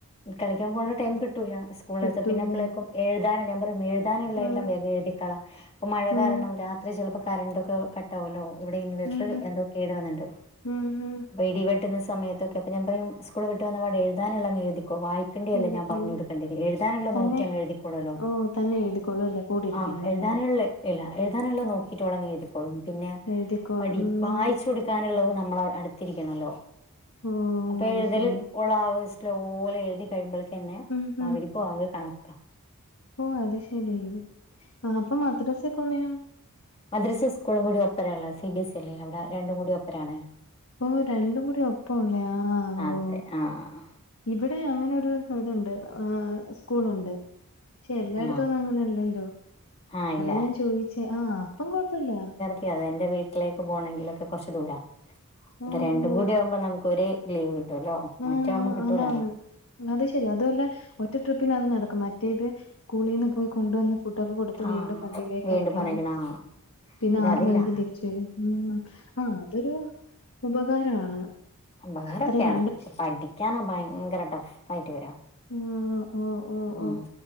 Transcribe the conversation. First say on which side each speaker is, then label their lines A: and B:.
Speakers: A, on the left; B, on the left.
A: കളിക്കാൻ പോകവാണ്ട ടൈം- കിട്ടൂല സ്കൂൾ,
B: കിട്ടൂല.
A: സം പിന്നെ അ, പ്പോഴേക്കും എഴുതാന എല്ലാ- പറയും. എുതാനുള്ള
B: ഉം
A: എല്ലാം- എഴുതി, ക, ഇപ്പോ മഴ
B: ഉം
A: കാരണം രാത്രി- ചിലപ്പോ കറന്റക്കെ - ട്ടല്ലോ ഇവിടെ ഇൻവെർട്ടർ-
B: ഉം
A: എന്തൊക്കെ ഇട വന്നിണ്ട്.
B: ഉം ഉം ഉം.
A: ഇടിവെട്ടുന്ന സമയത്തൊക്കെ- അപ്പോ ഞാൻ പറയും. സ്കൂളവിട്ട് വന്നപാടാ എഴുതാനുള്ളത- എഴതിക്കോ വ എക്കേണ്ടില്ലേ
B: എഴുതിക്കോളും.
A: ഞാൻ പറഞ്ഞു- കൊടുക്കേണ്ടിഉളു. എഴുതാനുള്ള-
B: തന്നെ
A: നോക്കി അങ്ങ് എഴുതിക്കൊളല്ലോ?
B: ഓ തന്നെ എഴുതിക്കോളും അല്ലേ കൂടെ ഇരിക്കണ്ടല്ലേ.
A: ആ, എഴുതാനുള്ള- ഇല്ല എഴുതാനുള്ള നോക്കിട്ടോള- അങ്ങനെ എഴുക്കോളും. പിന്നെ
B: എഴുതിക്കോളും.
A: പഠി,
B: ഉം.
A: വായിച്ച- ചോടുക്കനുള്ളത് നമ്മ- അടുത്തിരിക്കണല്ലോ?
B: ഓ
A: അപ്പോ
B: അത്
A: എഴുതൽ-
B: ശെരി.
A: ഇപ്പോള ആ, ഒരു സ്ലോല എഴുതി- കഴിയുമ്പോളേക്കന്നെ-
B: ഉം
A: ബാഗ്‌രിബ്
B: ഉം.
A: ബാങ്ക് കണക്ക.
B: ഓ അത് ശരി, ആ..., അപ്പോ മദ്രസ- പോന്നെപോഴാ?
A: മദ്രസേം സ്കൂളും കൂടി ഒപ്പരേള്ള- സി. ബി. എസി അല്ലേ? അവിടെ- രണ്ടും കൂടി ഒപ്പരാണ്.
B: ഓ രണ്ടണ്ട് കുടിഒപ്പംല്ലയാ
A: അതെ
B: ഓ..,
A: ആഹ്
B: ഇവിടെ അങ്ങനെരു ഇതുണ്ട്. ആ..., സ്കൂളുണ്ട്. പക്ഷെ എല്ലായിടത്തുംഒന്നുംഇ
A: ആഹ്
B: ങ്ങനെല്ലല്ലോ?
A: ആഹ് ഇല്ല
B: അതാ ഞാൻ, ചോയിച്ചേ, ആഹ..., അപ്പം, കൊഴപ്പില്ല.
A: ആഹാ എന്റെ വീട്ടിലേക്ക്- പോകണെങ്കിലൊക്കെ കുറച്ച് ദൂരാ-
B: ഓ
A: അപ്പോ രണ്ടും
B: ഓ
A: കൂടി ആകുമ്പോൾ- നമുക്ക്ൊ ലീവ് കിട്ടുവല്ലോ
B: ആ
A: മറ്റാകുമ്മ കിട്ടൂലാലോ
B: അതാണ് അത് ശെരി അതുഅല്ല ഒറ്റ ട്രിപ്പിനത് നടക്കും. മറ്റേത് സ്കൂളീന്ന് പോയി കൊണ്ടുവന്ന് ഫുട്ടൊക്കെ കൊടുത്ത്
A: ആഹ്
B: വീണ്ടും പള്ളിയിലേക്ക്
A: വീണ്ടും
B: അയക്കണം.
A: പറഞ്ഞേക്കണ ആഹ്
B: പിന്നാറ്
A: ഇത് അതില്ല
B: മണിക്ക് തിരിച്ചു വരും ഉം ആഹ് അതൊരു ഉപകാരമാണ്
A: ഉപകാരൊക്കെയാണ്
B: അത്ര ര
A: പഠിക്കാനാ ഭയങ്കര ടഫ്ഫായിട്ട് വരാ
B: ഓഹ് ഓ ഓ
A: ഉം
B: ഓ